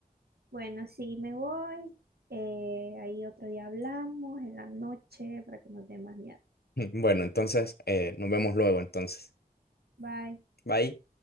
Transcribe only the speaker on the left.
<laughs> Bueno, entonces eh, nos vemos luego, entonces.
Bye.